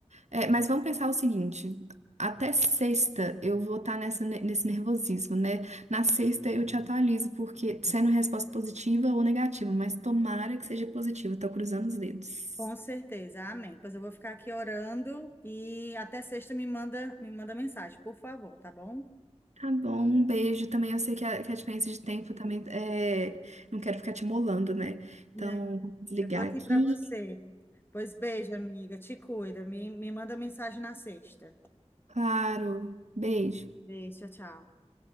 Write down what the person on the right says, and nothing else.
É, mas vamos pensar o seguinte: até sexta eu vou estar nessa, ne- nesse nervosismo, né? Na sexta eu te atualizo, porque sendo resposta positiva ou negativa, mas tomara que seja positiva, tô cruzando os dedos.
Tá bom, um beijo também. Eu sei que a, que a diferença de tempo também é. Não quero ficar te molando, né?
Então, vou desligar
aqui.
Claro, beijo.